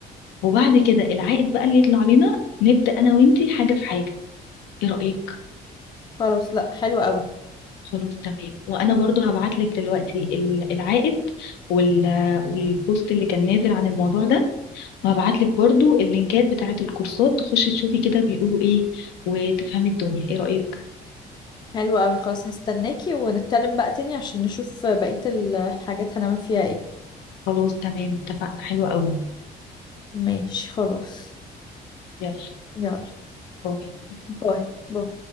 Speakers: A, on the left (about 80°); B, on the left (about 25°).
A: وبعد كده العائد بقى اللي يطلع لنا نبدأ انا وانتي حاجة في حاجة ايه رأيك
B: خلاص لا حلو قوي
A: خلاص تمام وانا برضو هبعت لك دلوقتي ال- العائد وال... والبوست اللي كان نازل عن الموضوع ده وهبعت لك برضو اللينكات بتاعه الكورسات تخشي تشوفي كده بيقولوا ايه وتفهمي الدنيا ايه رأيك
B: حلو قوي خلاص هستناكي ونتكلم بقى تاني عشان نشوف بقية الحاجات هنعمل فيها ايه
A: خلاص تمام اتفقنا حلوة قوي
B: ماشي خلاص
A: يلا
B: يلا
A: باي
B: باي باي